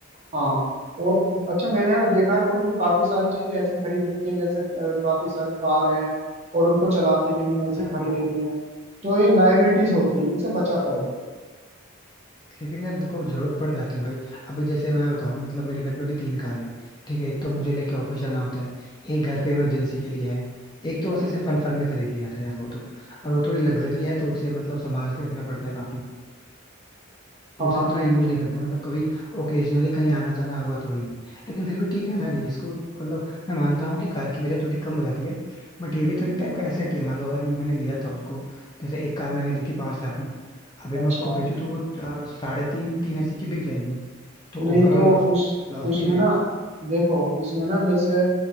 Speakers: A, on the right; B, on the left.
A: हाँ और अच्छा मैंने यार देखा है तुमने काफी सारी चीजें ऐसी खरीद रखी हैं जैसे अ, काफी सारी कार हैं और उनको चलाते भी नहीं हो ऐसी
B: हाँ
A: खड़ी
B: वो
A: रहती हैं तो ये लाइबिलिटीज
B: लेकिन
A: होती है इनसे बचा करो
B: लेकिन यार देखो जरूरत पड़ जाती है भाई अभी जैसे मैं बताऊं मतलब मेरे घर पे भी तीन कार है ठीक है एक तो मुझे लेके ऑफिस जाना होता है एक घर पे इमरजेंसी के लिए है एक तो बस ऐसे फन फन में खरीद लिया था यार वो तो और वो थोड़ी लग्जरी है तो उसे मतलब संभाल के रखना पड़ता है काफी
A: हाँ
B: तो उसे उतना यूज नहीं करते मतलब कभी ओकेजनली कहीं आना जाना हुआ तो वही लेकिन फिर भी ठीक है ना ये इसको मतलब मैं मानता हूँ कि कार की वैल्यू थोड़ी कम हो जाती है बट ये भी तो एक टाइप का एसेट ही है मान लो अगर मैंने लिया था उसको जैसे एक कार मैंने ली थी पांच लाख में अभी मैं
A: अच्छा
B: उसको बेचूं तो वो अ, साढ़े तीन तीन अस्सी की बिक जाएगी तो
A: नहीं
B: ओवरऑल
A: तो
B: लॉस
A: उस
B: लॉस
A: उसमें
B: नहीं है मेरा
A: ना देखो इसमें ना जैसे